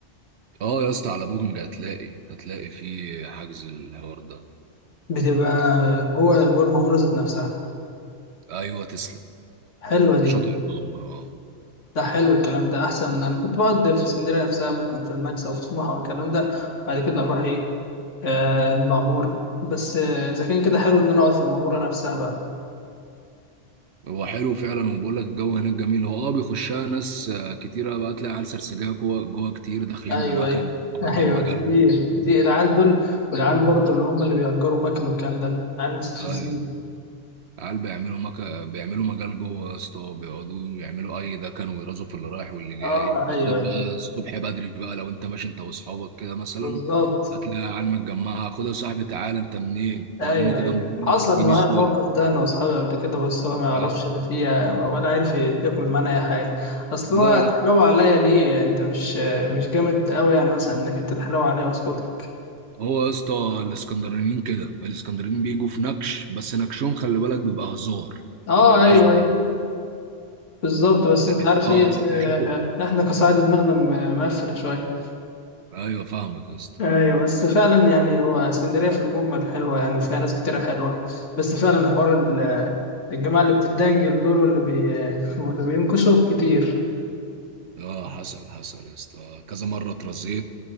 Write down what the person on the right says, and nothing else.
اه يا اسطى على بوكينج هتلاقي هتلاقي في حجز الحوار ده
ايوه تسلم
شاطئ المعموره اه
هو حلو فعلا وبقول لك الجو هناك جميل هو اه بيخشها ناس آه، كتيرة بقى تلاقي عيال سرسجية جوه جوه كتير داخلين
بمكان
وعاملين
مجال
جوه
ايوه عيال بيعملوا مكان بيعملوا مجال جوه يا اسطى بيقعدوا يعملوا اي دكن ويرازوا في اللي رايح واللي جاي
بالذات
بقى
الصبح بدري بقى لو انت ماشي انت واصحابك كده مثلا
هتلاقي عيال متجمعة خد يا صاحبي تعالى انت منين وريني
كده
موبايلك
اديني
صورة
لا
لا
لا
هو يا اسطى الاسكندرانيين كده الاسكندرانيين بيجوا في نكش بس نكشهم خلي بالك بيبقى هزار
ما بيبقاش
بجد
يعني
اه
يشوفوا
ايوه فاهمك يا اسطى
اه حصل حصل يا اسطى كذا مره اترزيت